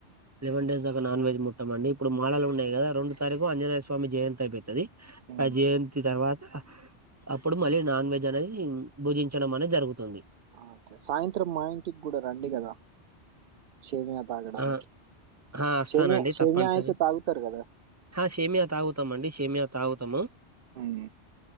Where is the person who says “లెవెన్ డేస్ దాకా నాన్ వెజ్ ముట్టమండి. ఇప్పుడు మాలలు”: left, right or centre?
Right